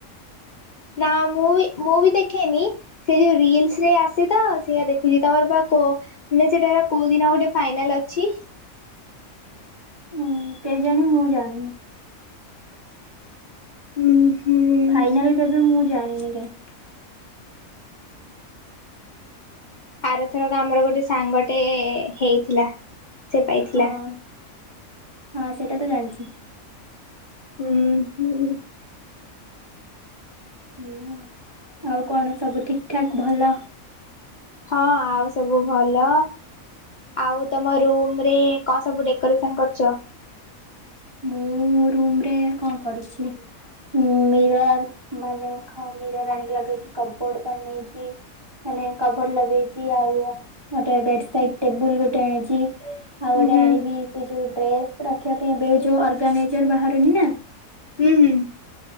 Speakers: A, on the left; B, on the right.
A: ନା ମୁଁ ମୁଁ ବି ଦେଖେନି ସେ ଯୋଉ ରୀଲସ ଆସେ ତ ସେ ଦେଖୁଛି ତମର ପା କୋ ସିଟାପା କୋଉ ଦିନ ଗୋଟେ ଫାଇନାଲ ଅଛି।
B: ହୁଁ କେ ଜାଣି ମୁଜାଣିନି ।
A: ହୁଁ। ହୁଁ
B: ଫାଇନାଲ କେବେ ମୁଁ। ଜାଣିନି କାଇଁ।
A: ଆରଥରକ ଆମର ଗୋଟେ ସାଙ୍ଗଟେ ଏ ହେଇଥିଲା। ସେ ପାଇଥିଲା।
B: ହଁ ହଁ ସେ ସେଇଟା ତ ଜାଣିଛି।
A: ହୁଁ ହୁଁ।
B: ଏଇଆ ଆଉ କଣ ସବୁ ଠିକ। ଠିକ୍ ଠାକ୍ ଭଲ।
A: ହଁ ଆଉ ସବୁ ଭଲ, ଆଉ ତମ ରୁମରେ କଅଁ ସବୁ ଡେକୋରେସନ କରୁଛ।
B: ମୁଁ ରୁମରେ କଣ କରିଛି, ମିରର ମାନେ ଖ ମିରର ଆଣିକି ଲଗେଇଛି କବୋର୍ଡ ବନେଇଛି ମାନେ କବର୍ଡ ଲଗେଇଛି ଆଉ ଗୋଟେ ବେଡ ସାଇଟ ଟେବୁଲ ଗୋଟେ ଆଣିଛି। ଆଉ ଗୋଟେ
A: ଉଁ ହୁଁ
B: ଆଣିବି ସେ ଯୋଉ ଡ୍ରେସ। ରଖିବା ପାଇଁ ଏବେ ଯୋ। ଯଉ ଅର୍ଗାନାଇଜର ବାହାରୁନି ନା।
A: ହୁଁ ହୁଁ।